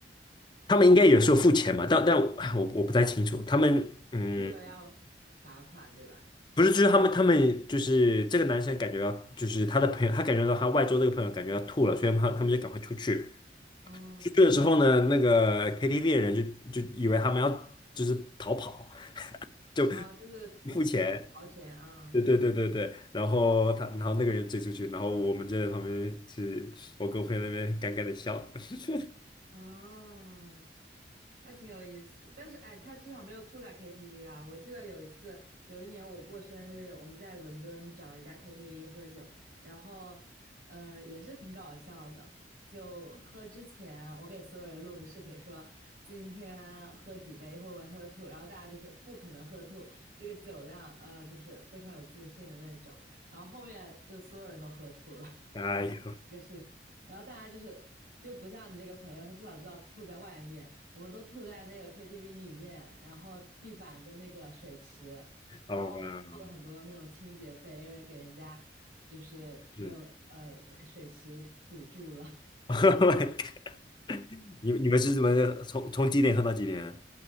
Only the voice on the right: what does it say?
吐了要罚款，对吧？
嗯，
啊，就是掏掏钱啊。
哦，还挺有意思。但是哎，他至少没有吐在 KTV 啦。我记得有一次，有一年我过生日，我们在伦敦找了一家 KTV 喝酒，然后，呃，也是挺搞笑的。就喝之前，我给所有人录了个视频说，今天喝几杯会不会喝吐，然后大家就是不可能喝吐，这个酒量，呃，就是非常有自信的那种。然后后面就所有人都喝吐了，
<laughs> 然后这个视频。然后大家就是就不像你那个朋友，他至少知道吐在外面，我们都吐在那个 KTV 里面，然后地板跟那个水池，
然后还付了很多那种清洁费，因为给人家就是没有呃那个水池堵住了。